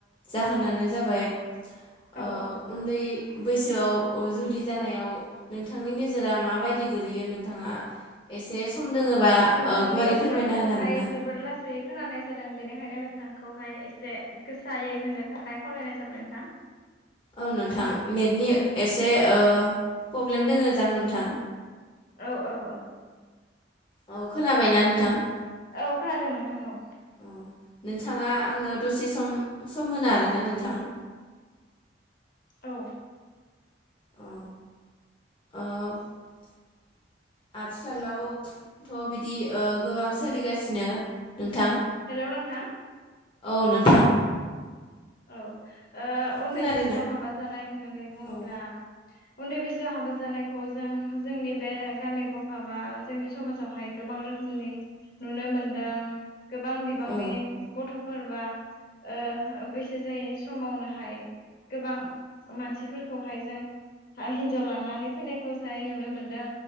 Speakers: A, on the left; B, on the left.
A: जाहोनानो जाबाय। ओ
B: औ औ
A: उन्दै। बैसोआव। अ जुलि जानायाव नों थांनि नोजोरा माबायदि गोलैयो नोंथाङा। एसे सम दोङोबा।
B: थांनि
A: गुवारै फोरमायना
B: सोदोबखौहाय
A: होनो हागोन ना
B: जोबोर लासै खोनानाय जादों बेनो। बेंखायनो नोंथांखौहाय एसे गोसायै होनो थाखाय खावलायनाय जाबाय नोंथां।
A: औ नोंथां नेटनि एसे ओ फब्लेम दं नोंथां।
B: औ औ औ।
A: औ खोनाबायना नोंथां।
B: औ खोनादों नोंथां औ।
A: औ नोंथाङा आंनो दसे सम सम होनो हागोन ना नोंथां।
B: औ।
A: औ। <unintelligible> आथिखालावथ' बिदि गोबां सोलिगासिनो नोंथां।
B: हेल' नोंथां।
A: औ नोंथां।
B: औ। उन्दै
A: खोनादोंना
B: बैसोआव हाबा जानाय होननानै बुङोब्ला।
A: औ
B: उन्दै बैसोआव हाबा जानायखौ जों जोंनि बे गामि गफा बा जोंनि समाजावहाय गोबां रोखोमनि नुनो मोनदों गोबां बिबांनि
A: औ
B: गथ'फोरबा ओ <unintelligible> बैसो जायै समावनोहाय गोबां मानसिफोरखौ हाय जों हिनजाव लानानै फैनायखौजाय नुनो मोन्दों